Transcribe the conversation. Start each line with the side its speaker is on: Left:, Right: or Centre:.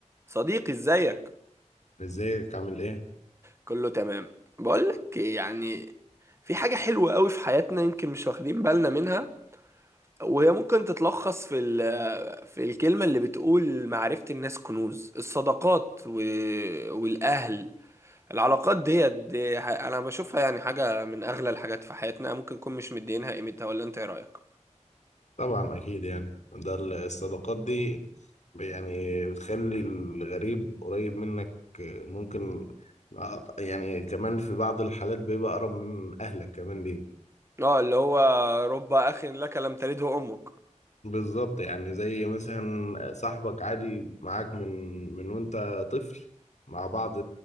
Right: صديقي ازيك
Left: ازيك عامل ايه
Right: كله تمام بقولك إيه، يعني في حاجة حلوة قوي في حياتنا يمكن مش واخدين بالنا منها وهي ممكن تتلخص في ال- في الكلمة اللي بتقول معرفة الناس كنوز الصداقات و- والأهل العلاقات ديت دي ح- أنا بشوفها يعني حاجة من أغلى الحاجات في حياتنا ممكن نكون مش مدينها قيمتها ولا أنت إيه رأيك؟
Left: طبعا اكيد يعني ده ال- الصداقات دي ب- يعني بتخلي الغريب قريب منك آه، ممكن آه، يعني كمان في بعض الحالات بيبقى اقرب من اهلك كمان ليه
Right: اه اللي هو رب أخ لك لم تلده أمك
Left: بالظبط يعني زي مثلا صاحبك عادي معاك من من وانت طفل مع بعض